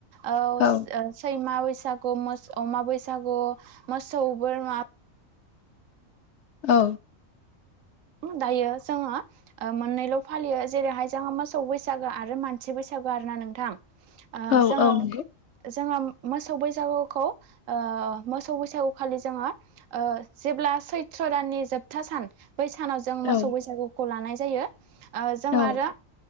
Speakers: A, on the right; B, on the left.
A: ओ
B: औ
A: सैमा बैसा गु, बैसागु मो अमा बैसागु, मोसौ बोरमा
B: औ।
A: दायो जोङो ओ मोननैल' फालियो जेरैहाय जोङो मोसौ बैसागो आरो मानसि बैसागो। आरोना नोंथां
B: औ
A: जोङो
B: औ नंगौ
A: जोङो मोसौ बैसागुखौ ओ मोसौ बैसागु खालि जोङो ओ जेब्ला सै थ्र दाननि जोबथा सान बै सानाव जों मोसौ
B: औ
A: बैसागुखौ लानाय जायो। ओ जों
B: औ
A: आरो